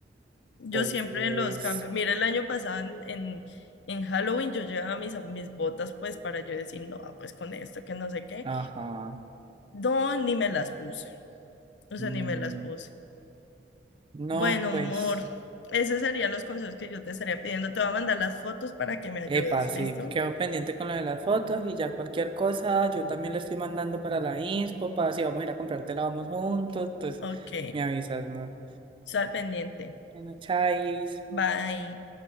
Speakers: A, on the left; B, on the right.
A: Yo
B: Entonces,
A: siempre los cambio. Mira, el año pasado en, en, en Halloween yo llevaba mis, mis botas pues para yo decir, no, pues con esto, que no sé qué.
B: ajá.
A: No, ni me las puse. O
B: mm,
A: sea, ni me las puse.
B: no,
A: Bueno,
B: pues.
A: amor, esos serían los consejos que yo te estaría pidiendo. Te voy a mandar las fotos para que me ayudes,
B: Epa, sí,
A: ¿listo?
B: quedo pendiente con lo de las fotos y ya cualquier cosa, yo también le estoy mandando para la inspo, para si vamos a ir a comprártela, vamos juntos, entonces
A: Ok,
B: me avisas, ¿no?
A: sal pendiente.
B: Bueno, chais.
A: Bye.